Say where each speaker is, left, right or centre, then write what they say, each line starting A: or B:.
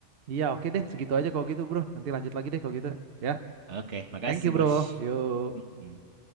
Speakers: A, on the right (about 55°); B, on the right (about 75°).
A: iya oke deh segitu aja kalau gitu bro. Nanti lanjut lagi deh kalau gitu. Ya,
B: Oke, makasih,
A: thank you bro.
B: Bos.
A: Yuk.
B: Mm-mm.